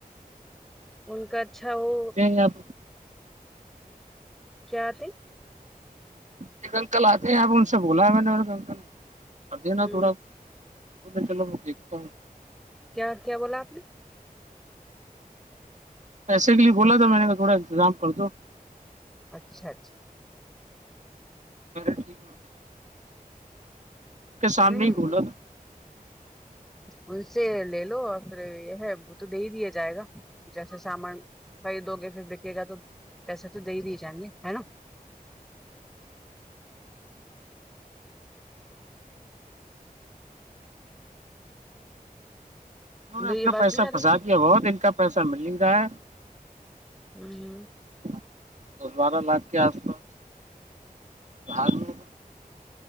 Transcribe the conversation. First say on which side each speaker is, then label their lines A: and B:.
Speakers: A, in the centre; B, on the right.
A: ان کا اچھا وہ
B: آپ
A: خیا ت
B: ایکک انکل آتے ہیں آپ ان سے بولا میں نے اور اکل کر دینا
A: ہ
B: تھوڑا بولے چلو میں دیکھتا ہوں
A: کیا کیا بولا آپ نے
B: پیسے کے لیے کولا تھا میں نے کا تھوڑا انتظام کر دو
A: اچھا اچھا
B: پیر ٹھیک ہے ان کے سامنے
A: ہوں
B: ہی بولا تھا
A: ان سے لے لو اور پھر یہ ہے وہ تو دے ہی دیا جائے گا جیسے سامان خ دو گے پھر بکے گا تو ویسے تو دے ہی نہیں جائیں گے ہے نا
B: انہوں نے
A: میری
B: اپنا
A: آواز
B: پیسہ
A: نہیں آ رہی
B: پھنسا دیا بہت د کا پیسہ مل رہا ہے
A: ہوں ہ
B: ہ دس بارہ لاکھ کے آس پاس بال میں